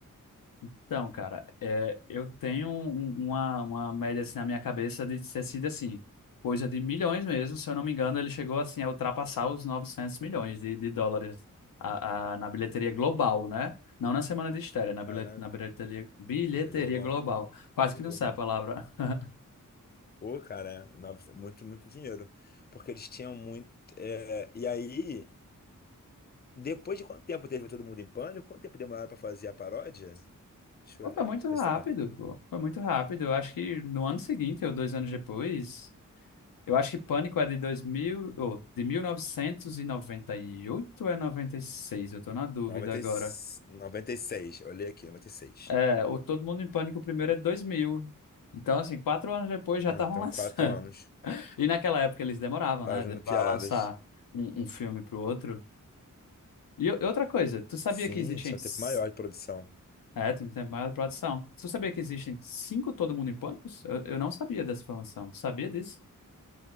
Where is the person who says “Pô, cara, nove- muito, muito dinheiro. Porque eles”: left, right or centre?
Left